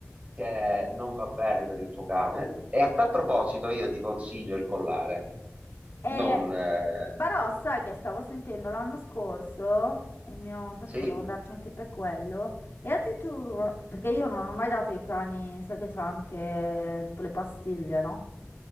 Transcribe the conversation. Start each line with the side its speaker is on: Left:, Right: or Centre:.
Right: che non va bene per il tuo cane. E a tal proposito io ti consiglio il collare.
Left: E
Right: Non... eh,
Left: Barò, sai che stavo sentendo l'anno scorso, il mio, infatti
Right: Sì?
Left: volevo andarci anche per quello, e addirittura, perché io non ho mai dato i cani, sai che c'ho anche tipo le pastiglie, no?